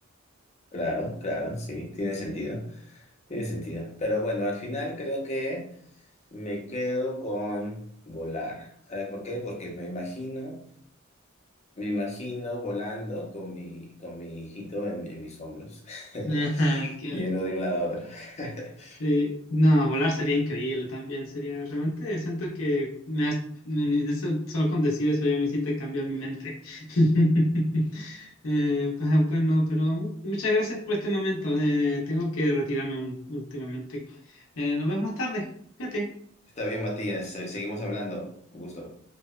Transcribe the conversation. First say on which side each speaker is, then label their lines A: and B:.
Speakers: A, on the left; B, on the left.
A: Claro, claro, sí, tiene sentido, tiene sentido. Pero bueno, al final creo que me quedo con volar. ¿Sabes por qué? Porque me imagino, me imagino volando con mi, con mi hijito en, en mis hombros, <laughs>
B: <laughs> Qué
A: yendo de un lado a otro. <laughs>
B: Sí, no, volar sería increíble también, sería realmente siento que me has- me- eso- solo con decir eso ya me hiciste cambiar mi mente. <laughs> Eh, pues, ah, bueno, pero mu- muchas gracias por este momento. eh, tengo que retirarme un- últimamente. Eh, nos vemos más tarde. Fíjate.
A: Está bien, Matías, se- seguimos hablando. Un gusto.